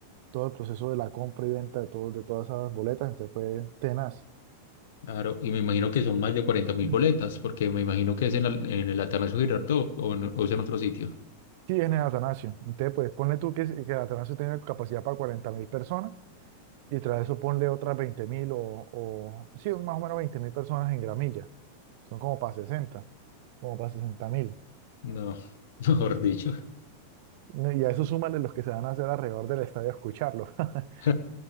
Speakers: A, on the right; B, on the left.
A: todo el proceso de la compra y venta de, todo, de todas esas boletas, entonces fue tenaz.
B: Claro, y me imagino que son más de 40 mil
A: Mm.
B: boletas, porque me imagino que es en, el- en el Atanasio Girardot o en, o es en otro sitio.
A: Sí, en el Atanasio. Entonces, pues ponle tú que, que el Atanasio tenga capacidad para cuarenta mil personas y tras eso ponle otras veinte mil o, o, sí, más o menos veinte mil personas en gramilla. Son como para sesenta como para sesenta mil.
B: No, <laughs> mejor dicho.
A: Y a eso súmale los que se van a hacer alrededor del estadio a escucharlo. <laughs>
B: <laughs>